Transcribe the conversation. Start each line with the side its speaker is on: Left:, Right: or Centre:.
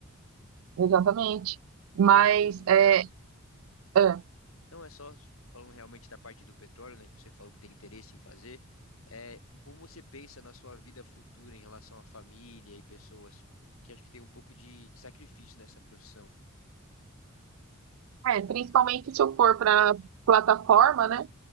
Right: exatamente.
Left: O
Right: Mas
Left: que eu ia te perguntar
Right: é, é,
Left: Então, é só falando realmente da parte do petróleo, né, que você falou que tem interesse em fazer, é, como você pensa na sua vida futura em relação à família e pessoas que acho que tem um pouco de, de sacrifício nessa profissão?
Right: é, principalmente se eu for para plataforma, né?